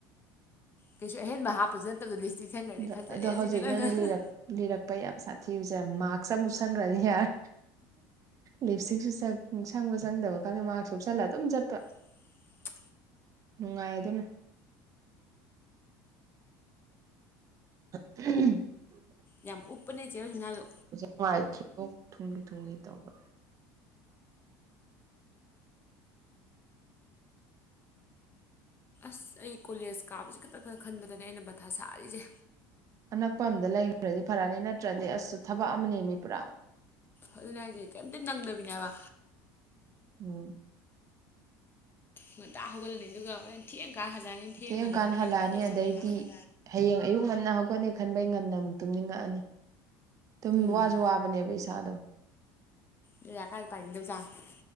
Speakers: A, on the left; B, on the right.
A: ꯀꯩꯁꯨ ꯑꯍꯦꯟꯕ ꯍꯥꯞꯄꯁꯨ ꯅꯠꯇꯕ ꯂꯤꯞꯁꯇꯤꯛ ꯁꯡꯈ꯭ꯔꯗꯤ
B: ꯑꯗ
A: ꯐꯖꯔꯦ
B: ꯑꯗꯣ
A: ꯑꯁꯤꯅꯤ
B: ꯍꯧꯖꯤꯛꯅꯅꯦ
A: ꯑꯩꯈꯣꯏ
B: ꯂꯤꯔꯛ ꯂꯤꯔꯛꯄ ꯌꯥꯝ ꯁꯥꯊꯤꯕꯁꯦ ꯃꯥꯛꯁ ꯑꯃ ꯎꯞꯁꯟꯈ꯭ꯔꯗꯤ ꯌꯥꯔꯦ ꯂꯤꯞꯁꯇꯤꯛꯁꯨ ꯁꯛ ꯁꯪꯕ ꯁꯪꯗꯕ ꯈꯪꯗꯦ ꯃꯥꯛꯁ ꯎꯨꯞꯁꯜꯂ ꯑꯗꯨꯝ ꯆꯠꯄ
A: <inaudible>
B: ꯅꯨꯡꯉꯥꯏ ꯑꯗꯨꯅ <inaudible> <unintelligible>
A: ꯌꯥꯝ ꯎꯞꯄꯅꯦ ꯆꯦ ꯔꯣꯖꯤꯅꯥꯖꯨ
B: ꯅꯨꯡꯉꯥꯏꯇ꯭ꯔꯦ ꯂꯣꯛ ꯊꯨꯝꯂꯤ ꯊꯨꯡꯂꯤ ꯇꯧꯕ
A: ꯑꯁ ꯑꯩ ꯀꯣꯂꯦꯖ ꯀꯥꯕꯁꯤ ꯈꯤꯇ ꯈꯔ ꯈꯟꯕꯗꯅꯦ ꯑꯩꯅ ꯃꯊꯥ ꯁꯥꯔꯤꯁꯦ
B: ꯑꯅꯛꯄ ꯑꯝꯗ ꯂꯩꯔꯨꯔꯗꯤ ꯐꯔꯅꯤ ꯅꯠꯇ꯭ꯔꯗꯤ ꯑꯁꯁꯨ ꯊꯕꯛ ꯑꯃꯅꯦ ꯃꯤ ꯄꯨꯔꯥ
A: ꯑꯗꯨꯅꯦ ꯍꯥꯏꯁꯦ ꯀꯩꯝꯇ ꯅꯪꯗꯕꯤꯅꯦꯕ
B: ꯎꯝ
A: ꯉꯟꯇꯥ ꯍꯧꯒꯠꯂꯅꯤ ꯑꯗꯨꯒ ꯍꯣꯔꯦꯟ ꯊꯦꯡ ꯀꯥꯟ ꯍꯜꯂꯛꯑꯅꯤꯅ ꯊꯦꯡ
B: ꯊꯦꯡꯀꯥꯟ
A: ꯍꯜꯂꯛꯑꯕꯃꯤꯅ
B: ꯍꯜꯂꯛꯑꯅꯤ
A: ꯀꯩꯝꯇꯁꯨ ꯇꯧꯅꯤꯡꯉꯔꯣꯏ
B: ꯑꯗꯩꯗꯤ ꯍꯌꯦꯡ ꯑꯌꯨꯛ ꯉꯟꯅ ꯍꯧꯒꯠꯅꯤ ꯈꯟꯕꯩ ꯉꯟꯅ ꯑꯃꯨꯛ ꯇꯨꯝꯅꯤꯡꯉꯛꯑꯅꯤ ꯇꯨꯝ
A: ꯎꯝ
B: ꯋꯥꯁꯨꯕ ꯅꯦꯕ ꯏꯁꯥꯗꯣ
A: ꯂꯩ ꯌꯥ ꯀꯥꯏ ꯄꯥꯏꯅꯤꯗꯧꯖ <unintelligible>